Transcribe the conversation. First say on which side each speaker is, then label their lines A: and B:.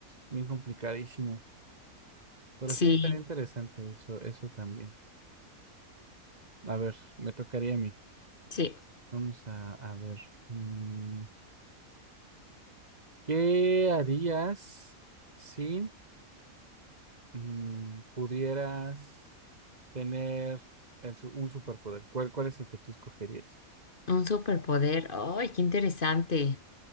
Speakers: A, on the right; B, on the left.
A: bien complicadísimo. Pero
B: Sí,
A: sí estaría interesante eso, eso también. A ver, me tocaría a mí.
B: sí.
A: Vamos a, a ver. mm, ¿Qué harías si mm, pudieras tener el su- un superpoder? ¿Cuál, cuál es el que tú escogerías?
B: Un superpoder. ¡Ay, qué interesante!